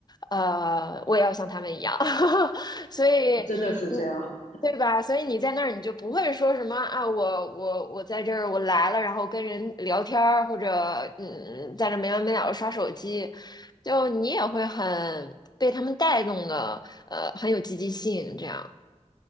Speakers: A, on the left; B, on the left.
A: 呃，我也要像他们一样，<laughs> 所以，
B: 真的是这样。
A: 嗯，对吧？所以你在那儿你就不会说什么啊，我我我在这儿我来了，然后跟人聊天儿或者嗯在这儿没完没了的刷手机。就你也会很被他们带动的，呃，很有积极性，这样。